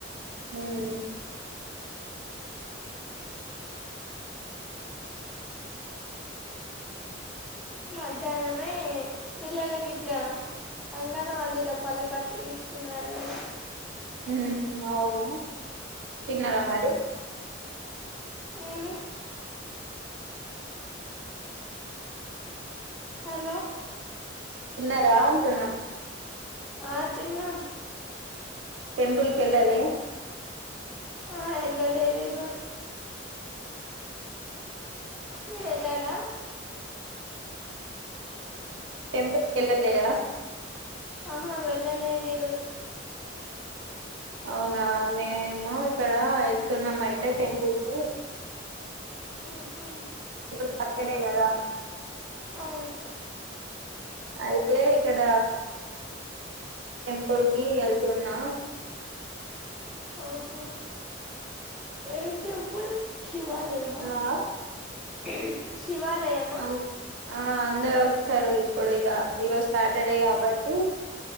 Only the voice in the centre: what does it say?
మధ్యాహ్నమే పిల్లలకి ఇట్లా రాంగానే <unintelligible> పల్లి పట్టు ఇస్తున్నారు కదా
ఏమి హలో
ఆ తిన్నా
ఆ ఎల్లలేదు ఈ రోజు మీరెల్లాల
ఆహా వెళ్ళలేదీరోజు
ఉహూ
అవును
ఆహా ఏం టెంపుల్ శివాలయమా
ఏ స్ శివాలయమా